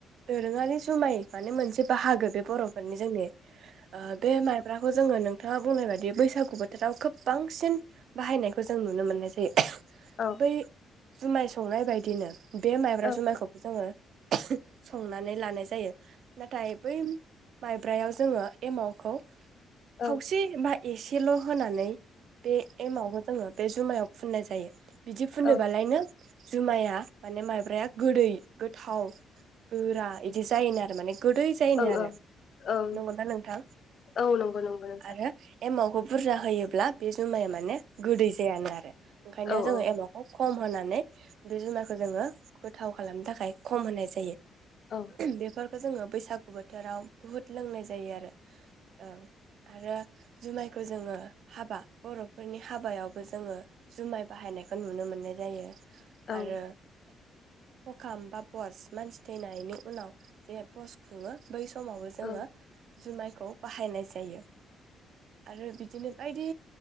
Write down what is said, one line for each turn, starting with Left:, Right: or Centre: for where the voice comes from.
Right: दोरोङारि जुमाय माने मोनसे बाहागो बे बरफोरनि जोंनि ओ बे माइब्रा खौ जोंङो नोंथाङा बुंनाय बादि बैसागु बोथोराव खोब बांसिन बाहायनायखौ जों नुनो मोननाय जायो
Left: औ
Right: बै जुमाय संनाय बायदिनो बे माइब्रा
Left: औ
Right: जुमायखौबो जोंङो संनानै लानाय जायो नाथाय बै माइब्रायाव जोङो एमावखौ
Left: औ
Right: खावसे बा एसे सेल होनानै बे एमावखो जोङो बे जुमायाव फुननाय जायो बिदि फुनोबालायनो
Left: औ
Right: जुमाया माने माइब्राया गोदै गोथाव गोरा इदि जायोनो आरो माने गोदै जायोनो
Left: ओं
Right: आरो
Left: ओं ओं
Right: नंगौना नोंथां
Left: औ नंगौ नंगौ नोंथां
Right: आरो एमाव खौ बुरजा होयोब्ला बे जुमाया माने गोदै जायानो आरो ओंखायनो
Left: औ
Right: जोङो
Left: औ
Right: एमावखौ खम होनानै दुइ जुनारखौ जोङो गोथाव खालामनो थाखाय खम होनाय जा
Left: औ
Right: बेफोर खौ जोङो बैसागु बोथोराव बुहुत लोंनाय जायो आरो औ आरो जुमायखौ जोङो हाबा बर'फोरनि हाबायावबो जोङो जुमाय बाहायनायखौ नुनो मोननाय जायो।
Left: ओं
Right: आरो हखाम बा बस मानसि थैनायनि उनाव जे बस खुङो। बै समावबो जोङो
Left: औ
Right: जुमाय खौ बाहायनाय जायो। आरो बिदिनो बायदि